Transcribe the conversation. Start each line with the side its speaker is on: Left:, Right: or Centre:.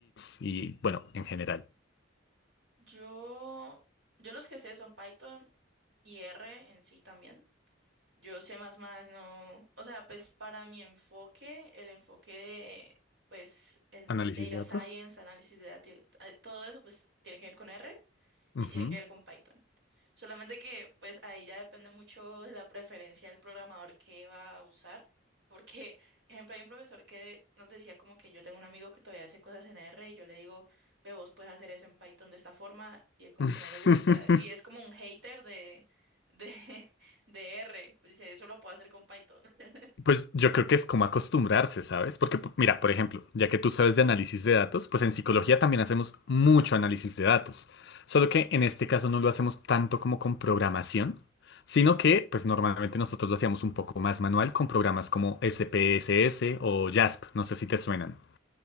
Left: Toolkits y bueno, en general,
Right: yo, yo los que sé son Python y R en sí también. Yo sé más más, no, o sea, pues para mi enfoque, el enfoque de, pues, el
Left: análisis
Right: data
Left: de datos.
Right: science, análisis de datos, todo eso, pues, tiene que ver con R y
Left: Ujú.
Right: tiene que ver con Python. Solamente que pues ahí ya depende mucho de la preferencia del programador que va a usar, porque, <laughs> ejemplo, hay un profesor que nos decía como que yo tengo un amigo que todavía hace cosas en R y yo le digo, ve, vos puedes hacer eso en Python de esta forma y él como
Left: <laughs>
Right: que no le gusta y es como un hater de, de, <laughs> de R, pues dice, eso lo puedo hacer con Python. <laughs>
Left: Pues yo creo que es como acostumbrarse, ¿sabes? Porque, p- mira, por ejemplo, ya que tú sabes de análisis de datos, pues en psicología también hacemos mucho análisis de datos. Solo que en este caso no lo hacemos tanto como con programación, sino que, pues normalmente nosotros lo hacíamos un poco más manual con programas como SPSS o JASP, no sé si te suenan.